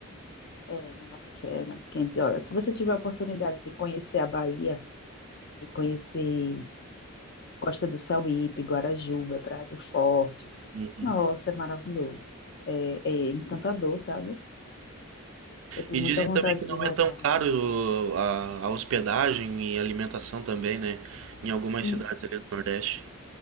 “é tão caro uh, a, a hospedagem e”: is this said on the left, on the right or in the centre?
Right